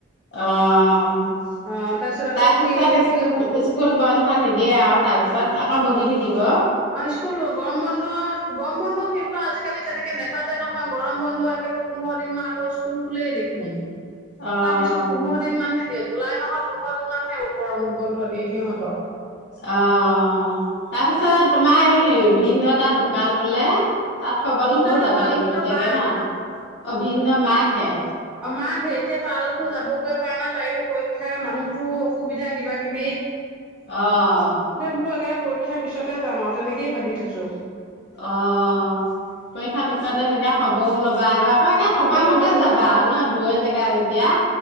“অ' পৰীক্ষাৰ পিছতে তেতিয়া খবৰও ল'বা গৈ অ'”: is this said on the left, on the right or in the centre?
Left